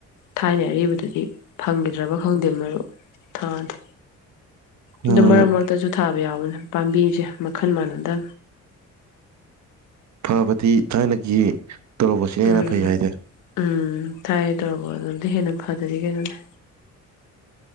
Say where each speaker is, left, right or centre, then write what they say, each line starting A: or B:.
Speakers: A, on the left; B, on the right.
A: ꯊꯥꯏꯅꯩ ꯑꯔꯤꯕ ꯗꯨꯗꯤ ꯐꯪꯈꯤꯗ꯭ꯔꯕ ꯈꯪꯗꯦ ꯃꯔꯨ ꯊꯥꯗꯦ
B: ꯎꯝ
A: ꯑꯗꯨ ꯃꯔꯛ ꯃꯔꯛꯇꯁꯨ ꯊꯥꯕ ꯌꯥꯎꯕꯅꯦ ꯄꯥꯝꯕꯤꯁꯦ ꯃꯈꯜ ꯃꯥꯟꯅꯗꯦ
B: ꯐꯕꯗꯤ ꯊꯥꯏꯅꯒꯤ ꯇꯣꯔꯣꯕꯣꯠꯁꯤꯅ
A: ꯎꯝ
B: ꯍꯦꯟꯅ ꯐꯩ ꯍꯥꯏꯗꯤ
A: ꯎꯝ ꯊꯥꯏꯅꯩ ꯇꯣꯔꯣꯕꯣꯠ ꯑꯗꯨꯗꯤ ꯍꯦꯟꯅ ꯐꯗꯗꯤ ꯀꯩꯅꯣꯅꯦ